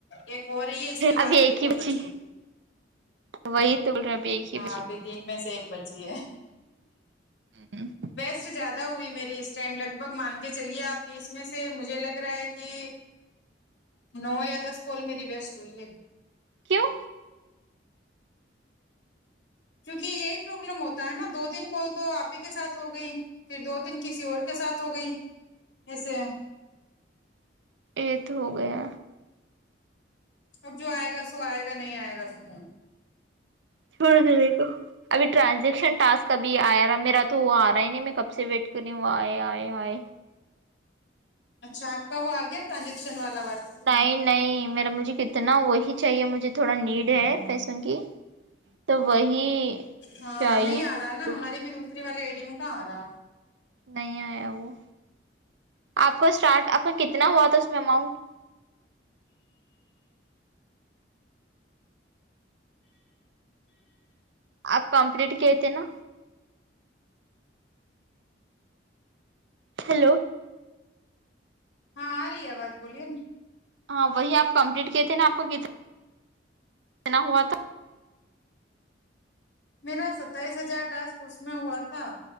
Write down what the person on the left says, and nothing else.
ایک ہو رہی ہے اس کے بعد
ایک اور
بچے
گی
ہاں
ابھی تین میں سے ایک بچی ہے
بیسٹ جیادہ ہوئی میری اس ٹائم لگ بھگ مان کے چلیے آپ تیس میں سے مجھے لگ رہا ہے کی نو یا دس کول میری بیسٹ ہوئی ہے
کیونکہ یہی پروابلم ہوتا ہے نا دو تین کال تو آپ ہی کے ساتھ ہو گئی پھر دو تین کسی اور کے ساتھ ہو گئی ایسے
اب جو آئے گا سو آئے گا نہیں آئے گا سو
اچھا اپ کا وہ آ گیا ٹرانزیکشن والا ورک
ہاں
نہیں
آ رہا ہے نا
ہمارے بھی دوسری والے ای ڈی میں کہاں آ رہا ہے
ہاں آ رہی ہے آواج بولیے نا
میرا ستائیس ہجار ٹاسک اس میں ہوا تھا